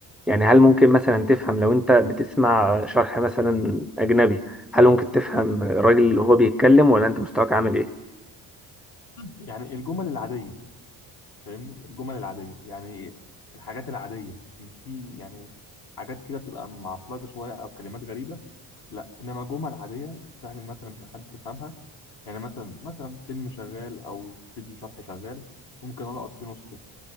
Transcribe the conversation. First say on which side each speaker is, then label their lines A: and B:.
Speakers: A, in the centre; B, on the left.
A: يعني هل ممكن مثلا تفهم لو انت بتسمع شرح مثلا اجنبي هل ممكن تفهم الراجل اللي هو بيتكلم ولا انت مستواك عامل ايه
B: يعني الجمل العاديه فاهمني الجمل العاديه يعني الحاجات العاديه في يعني حاجات كده بتبقى معصلجه شويه او كلمات غريبه لا انما جمل عاديه سهل مثلا ان حد تفهمها يعني مثلا مثلا فيلم شغال او فيديو شرح شغال ممكن القط فيه نصه